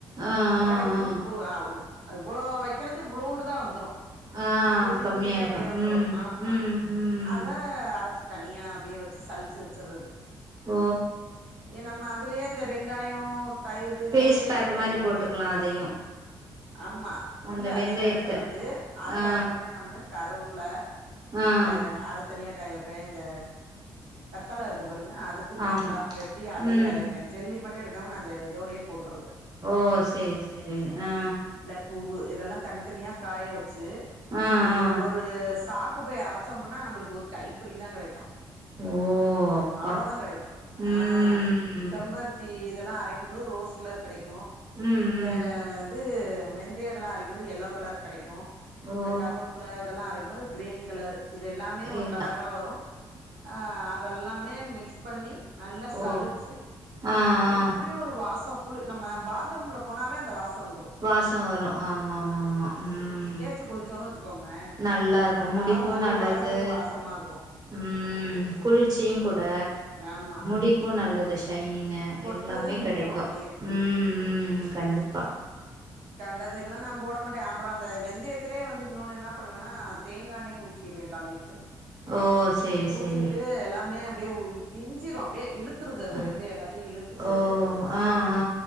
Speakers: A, on the right; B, on the right.
A: ஆ
B: காய வச்ச
A: ஆ
B: ஒண்ணே போ ஆ ஓ இவ்வளோ வக்கிறது இவ்ளோண்டுதா வந்துரு
A: ஆ ஆ
B: சுருங்கி
A: கம்மியாயிடு
B: போய் அப்டியே வந்துரு
A: ம்
B: ஆம்மா
A: ம் ம்
B: அத அரச்சு தனியா அப்டியே வச்சு சளிச்சி வச்சுர்றது
A: ஓ
B: ஏ நம்ம அதுலயே அந்த வெங்காயோ தயிர் இதெல்லா
A: ஃபேஸ்
B: சேத்துட்டோம்ல
A: பேக் மாரி போட்டுக்கலா அதையு
B: ஆம்மா ஃபுல்லா
A: அந்த வெந்தயத்த
B: அதவச்சுர்றது அதுல
A: ஆ
B: இம்முன்னு கருவப்புல
A: ஆ
B: வே அத தனியா காய வப்பே இந்த கத்தாழ இருக்கு பாருங்க அத துண்டு
A: ஆம்
B: துண்டா வெட்டி அதயு
A: ம்
B: காய வப்பே ஜெல்லி மட்டு எடுக்காம நா அந்த இதோடயே போட்டுறது
A: ஓ செரி செரி ஆ
B: பூவ்வு இதெல்லா தனித்தனியா காய வச்சு
A: ஆ
B: இப்ப
A: ஆ
B: ஒரு சாக்கு பை அரசோம்னா நம்மளுக்கு ஒரு கை பிடி தா கெடைக்கு
A: ஓ அப்பா
B: அவ்ளோதா கெடைக்கு
A: ம்
B: ஆ
A: ம்
B: செம்பருத் தி இதெல்லா அரைக்கும் போது ரோஸ்கலர் கெடைக்கு
A: ம் ம்
B: இந்த இது வெந்தயோ இதெல்லா அரைக்கும் போது எல்லோ கலர் கெடைக்கு
A: ம்
B: கருவப்ல இதெல்லா அரைக்மோது க்ரீன் கலரு இது எல்லாமே ஒரு
A: எல்லா
B: கலரா வரு ஆ அத் இதல்லாமே மிக்ஸ் பண்ணி நல்லா சளிச்சு
A: ஓ
B: இது
A: ஆ
B: பண்ணா
A: ஆ
B: அப்பு அப்டி ஒரு வாசோ குளு நம்ம பாத்ரூம்ல போனாவே அந்த வாசோ வந்த்ரு
A: வாச வரு ஆமாமாமா ம்
B: த்து குளிச்சோனு வெச்சுக்கோங்ளே
A: நல்லா இருக்கு
B: நம்ம தல
A: முடிக்கு
B: ஒரு
A: நல்லது
B: வாரத்துக்கு வாசமாருக்கு
A: ம் குளிர்ச்சியு குட
B: ஆமா
A: முடிக்கு நல்லது ஷைனிங்கு
B: கொட்றது
A: எல்லாமே
B: நின்று
A: கிடைக்கு
B: அப்டியே
A: ம் ம் கண்டிப்பா
B: கண்டதெல்லா நா போட மாட்டே அப் ப்ற அந்த வெந்தயத்திலே வந்து இன்னொனு என்னா பண்ணுவனா தேங்கானேயு ஊத்திருவே கால் லிட்ரு
A: ஓ செரி
B: ஊத்திட்டு
A: செரி
B: எல்லாமே அப்டியே வுவு இஞ்சிரு அப்டே இழுத் த்துருது அந்த
A: அ
B: வெந்தய எல்லாத்தையு இழுத்துட்டு
A: ஓ ஆ ஆ